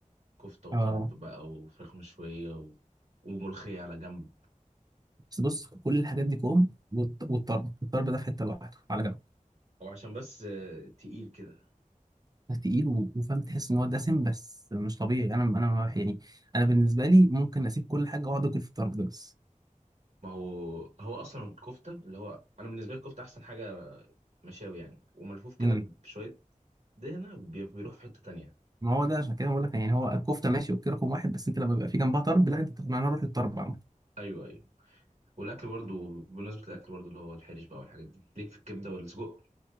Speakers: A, on the right; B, on the right.
A: كفته وطرب
B: اه
A: بقى وفراخ مشويه و... وملوخيه على جنب
B: بس بص كل الحاجات دي كوم والط- والطرب الطرب ده في حته لوحده على جنب
A: هو عشان بس آه، تقيل كده
B: تقيل و- وفاهم تحس ان هو دسم بس مش طبيعي انا انا ما بح- يعني انا بالنسبه لي ممكن اسيب كل حاجه واقعد اكل في الطرب ده بس
A: ما هو هو اصلا الكفته اللي هو انا بالنسبه لي الكفته احسن حاجه مشاوي يعني وملفوف كده
B: امم
A: بشويه دهنه بي- بيروح في حته تانية
B: ما هو ده عشان كده بقول لك يعني هو الكفته ماشي اوكي رقم واحد بس انت لما بيبقى في جنبها طرب لا انت تاخد معانا روح للطرب عامه
A: ايوه ايوه والاكل برضو بمناسبه الاكل برضو اللي هو الحرش بقى والحاجات دي ليك في الكبده والسجق